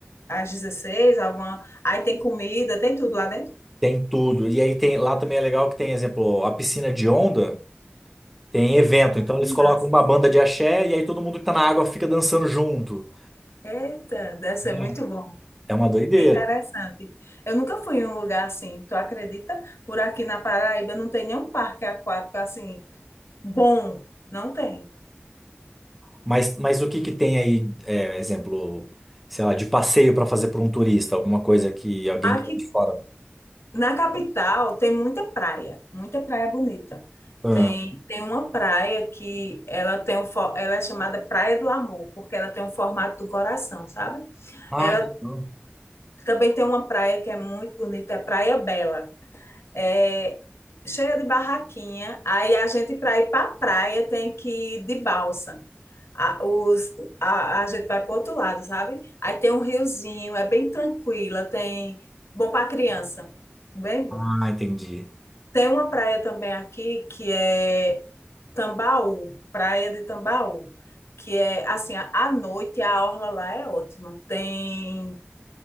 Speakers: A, on the left (about 85°); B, in the centre.
A: às 16. alguma. Aí tem comida, tem tudo lá dentro.
B: Tem tudo. E aí tem, lá também é legal que tem, exemplo, a piscina de onda, tem evento. Então eles
A: Massa.
B: colocam uma banda de axé e aí todo mundo que tá na água fica dançando junto.
A: Eita, deve ser
B: É
A: muito bom.
B: É uma doideira.
A: Bem interessante. Eu nunca fui em um lugar assim, tu acredita? Por aqui na Paraíba não tem nenhum parque aquático assim bom, não tem.
B: Mas, mas o que que tem aí, é, exemplo, sei lá, de passeio para fazer para um turista, alguma coisa que alguém
A: Aqui
B: que tá de fora.
A: na capital tem muita praia, muita praia bonita.
B: Ah,
A: Tem, tem uma praia que ela tem um, fo- ela é chamada Praia do Amor, porque ela tem um formato do coração, sabe?
B: ah,
A: Ela
B: que legal.
A: também tem uma praia que é muito bonita, é Praia Bela. É cheia de barraquinha. Aí a gente para ir para a praia tem que ir de balsa. A, os, a, a gente vai para outro lado, sabe? Aí tem um riozinho, é bem tranquila, tem bom para criança, bem bom.
B: Ah, entendi.
A: Tem uma praia também aqui que é Tambaú, Praia de Tambaú, que é assim, a- à noite a orla lá é ótima. Tem